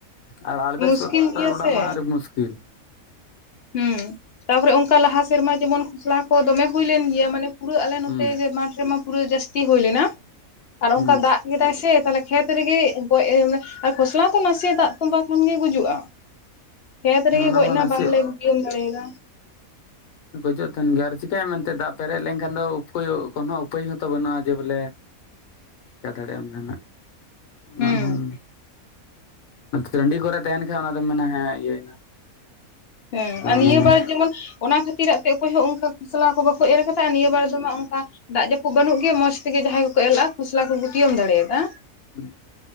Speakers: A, on the left; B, on the left.
A: ᱟᱨ ᱟᱲᱵᱮᱥᱴᱟᱨ
B: ᱢᱩᱥᱠᱤᱞ ᱜᱮᱭᱟ
A: ᱚᱲᱟᱜ
B: ᱥᱮ
A: ᱢᱟ ᱟᱹᱰᱤ ᱢᱩᱥᱠ <unintelligible>
B: ᱦᱩᱸ ᱛᱟᱯᱚᱨᱮ ᱚᱝᱠᱟ ᱞᱟᱦᱟ ᱥᱮᱨᱢᱟ ᱡᱮᱢᱚᱱ ᱠᱷᱚᱥᱞᱟ ᱠᱚ ᱫᱚᱢᱮ ᱦᱩᱭ ᱞᱮᱱ ᱜᱮᱭᱟ ᱢᱟᱱᱮ ᱯᱩᱨᱟᱹ ᱟᱞᱮ ᱱᱚᱛᱮ
A: ᱦᱩᱸ
B: ᱡᱮ ᱢᱟᱴᱷ ᱨᱮᱢᱟ ᱯᱩᱨᱟᱹ ᱡᱟᱹᱥᱛᱤ ᱦᱩᱭ ᱞᱮᱱᱟ ᱟᱨ
A: ᱦᱩᱸ
B: ᱚᱝᱠᱟ ᱫᱟᱜ ᱠᱮᱫᱟᱭ ᱥᱮ᱾ ᱛᱟᱦᱚᱞᱮ ᱠᱷᱮᱛ ᱨᱮᱜᱮ ᱜᱚᱡ ᱢᱟᱱᱮ ᱟᱨ ᱠᱷᱚᱥᱞᱟ ᱛᱚ ᱱᱟᱥᱮᱭᱟᱜ ᱫᱟᱜ ᱛᱚᱸᱵᱟ ᱠᱷᱟᱱ ᱜᱮ ᱜᱩᱡᱩᱜᱼᱟ᱾ ᱠᱷᱮᱛ ᱨᱮᱜᱮ
A: ᱚᱱᱟ
B: ᱜᱚᱡ
A: ᱢᱟ
B: ᱮᱱᱟ
A: ᱱᱟᱥᱮ
B: ᱵᱟᱝᱞᱮ ᱜᱩᱴᱤᱭᱚᱢ ᱫᱟᱲᱮᱭᱟᱫᱟ᱾
A: ᱜᱚᱡᱚᱜ ᱛᱟᱦᱮᱱ ᱜᱮᱭᱟ ᱟᱨ ᱪᱤᱠᱟᱭᱟᱢ ᱢᱮᱱᱛᱮ ᱫᱟᱜ ᱯᱮᱨᱮᱡ ᱞᱮᱱᱠᱷᱟᱱ ᱫᱚ ᱩᱯᱟᱹᱭ ᱠᱚᱱᱦᱚ ᱩᱯᱟᱹᱭ ᱦᱚᱸᱛᱚ ᱵᱟᱹᱱᱩᱜᱼᱟ ᱡᱮ ᱵᱚᱞᱮ
B: <inaudible>
A: ᱪᱮᱠᱟᱹ ᱫᱟᱲᱮᱜ ᱟᱢ ᱡᱟᱦᱱᱟᱜ, ᱚᱱᱟ
B: ᱦᱩᱸ
A: ᱦᱚᱸᱢ ᱴᱟᱺᱰᱤ ᱠᱚᱨᱮ ᱛᱟᱦᱮᱱ ᱠᱷᱟᱡ ᱚᱱᱟ ᱫᱚᱢ ᱢᱮᱱᱟ ᱦᱮᱸ ᱤᱭᱟᱹᱭᱱᱟ᱾
B: ᱦᱮᱸ
A: ᱪᱟᱞᱟᱣᱱᱟ
B: ᱟᱨ ᱱᱤᱭᱟᱹ
A: ᱵᱚᱞᱮ
B: ᱵᱟᱨ ᱡᱮᱢᱚᱱ ᱚᱱᱟ ᱠᱷᱟᱹᱛᱤᱨᱟᱜ ᱛᱮ ᱚᱠᱚᱭ ᱦᱚᱸ ᱚᱱᱠᱟ ᱠᱟᱥᱞᱟ ᱠᱚ ᱵᱟᱠᱚ ᱮᱨ ᱟᱠᱟᱫᱟ ᱟᱨ ᱱᱤᱭᱟᱹ ᱵᱟᱨ ᱫᱚᱢᱟ ᱚᱱᱠᱟ ᱫᱟᱜ ᱡᱟᱹᱯᱩᱫ ᱵᱟᱹᱱᱩᱜ ᱜᱮᱭᱟ ᱢᱚᱸᱡᱽ ᱛᱮᱜᱮ ᱡᱟᱦᱟᱸᱭ ᱠᱚᱠᱚ ᱮᱞ ᱞᱟᱜᱼᱟ ᱠᱷᱚᱥᱞᱟ ᱠᱚ ᱜᱟᱴᱤᱭᱟᱢ ᱫᱟᱲᱮᱭᱟᱫᱟ᱾
A: ᱦᱩᱸ